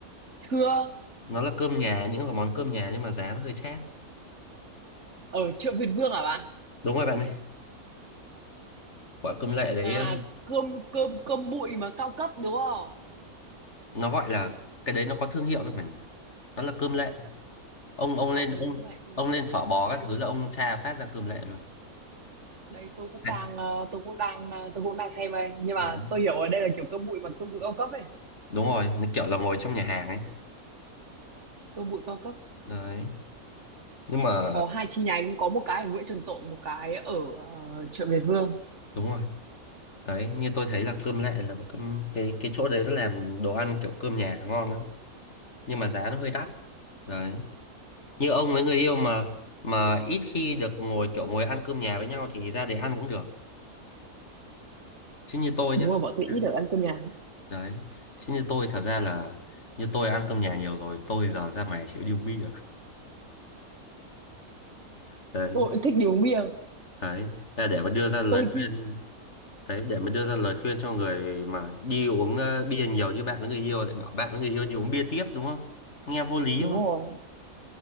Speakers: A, on the right; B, on the left.
A: thưa
B: nó là cơm nhà những cái món cơm nhà nhưng mà giá nó hơi chát
A: ở chợ Việt Vương à bạn
B: đúng rồi bạn ơi quả cơm lệ đấy
A: à cơm cơm cơm bụi mà cao cấp đúng không
B: nó gọi là cái đấy nó có thương hiệu đấy mà nhỉ nó là cơm lệ ông ông
A: à
B: lên
A: ừ
B: ông
A: như vậy thì
B: ông lên phở bò
A: đây
B: các thứ là ông tra phát ra cơm lệ luôn
A: đây tôi cũng
B: đấy,
A: đang ờ, tôi cũng đang ờ, tôi cũng đang xem đây nhưng mà
B: đấy.
A: tôi hiểu ở đây là kiểu cơm bụi mà cơm bụi cao cấp ấy
B: Đúng rồi, nó kiểu là ngồi trong nhà hàng ấy.
A: cơm bụi cao cấp
B: đấy nhưng mà
A: có hai chi nhánh có một cái ở Nguyễn Trần Tộ một cái ở ờ, chợ Việt Vương
B: đúng rồi đấy như tôi thấy là cơm lệ là một cơm cái cái chỗ đấy nó làm đồ ăn kiểu cơm nhà ngon lắm nhưng mà giá nó hơi đắt đấy như ông với người yêu mà mà ít khi được ngồi kiểu ngồi ăn cơm nhà với nhau thì ra để ăn cũng được chứ như tôi
A: đúng
B: nhá thật
A: rồi bọn tôi
B: ra-
A: ít được ăn cơm nhà
B: đấy chứ như tôi thật ra là như tôi ăn cơm nhà nhiều rồi tôi giờ ra ngoài chịu điêu bia đấy
A: tôi cũng thích đi uống bia
B: đấy Thế là để mà đưa ra lời
A: tôi
B: khuyên Đấy, để mình đưa ra lời khuyên cho người mà đi uống ờ, bia nhiều như bạn với người yêu lại bảo bạn với người yêu đi uống bia tiếp đúng không? Nghe vô lý
A: đúng
B: không?
A: rồi